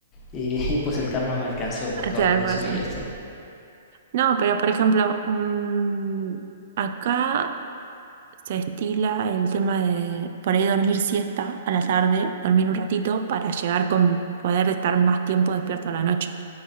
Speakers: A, on the left; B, on the right.
A: Y <laughs> pues el karma me alcanzó porque
B: Te
A: ahora
B: da el
A: yo
B: almuerzo.
A: soy ese.
B: No, pero por ejemplo, mm, acá se estila el tema de por ahí dormir siesta a la tarde, dormir un ratito para llegar con poder estar más tiempo despierto a la noche.